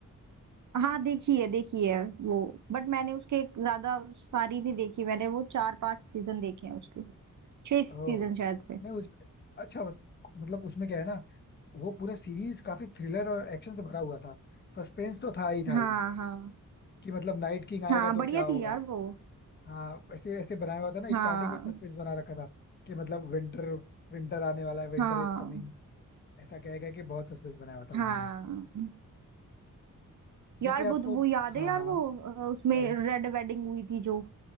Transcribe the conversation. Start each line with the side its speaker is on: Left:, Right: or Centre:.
Right: हाँ देखी है देखी है वो बट मैंने उसके ज्यादा सारी नहीं देखी मैंने वो चार पांच सीजन देखे हैं उसके छह सीजन
Left: ओह
Right: शायद से
Left: नहीं उस अच्छा मतलब उसमें क्या है ना वो पूरा सीरीज काफी थ्रिलर और एक्शन से भरा हुआ था सस्पेंस तो था ही था
Right: हाँ
Left: ही
Right: हाँ
Left: कि मतलब नाइट किंग आएगा
Right: हाँ
Left: तो
Right: बढ़िया
Left: क्या होगा
Right: थी यार वो
Left: हाँ ऐसे ऐसे बनाया हुआ था ना
Right: हाँ
Left: स्टार्टिंग में सस्पेंस बना रखा था कि मतलब विंटर विंटर आने वाला है विंटर
Right: हाँ
Left: इज कमिंग ऐसा कहेगा कि बहुत सस्पेंस बनाया हुआ था
Right: हाँ
Left: उन्होंने वैसे
Right: यार
Left: आपको
Right: वो वो याद
Left: हाँ
Right: है यार
Left: हाँ
Right: वो अ, उसमें
Left: कौन
Right: रेड वेडिंग हुई थी जो